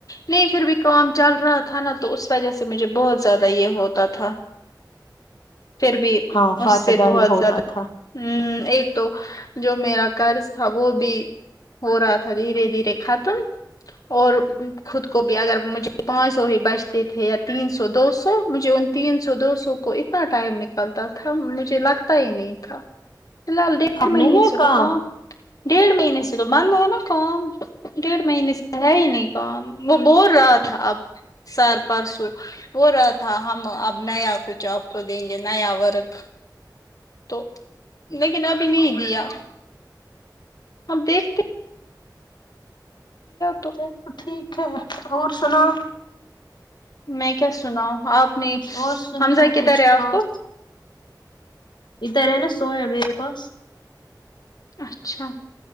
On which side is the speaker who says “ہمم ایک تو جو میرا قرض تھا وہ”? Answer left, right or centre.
Left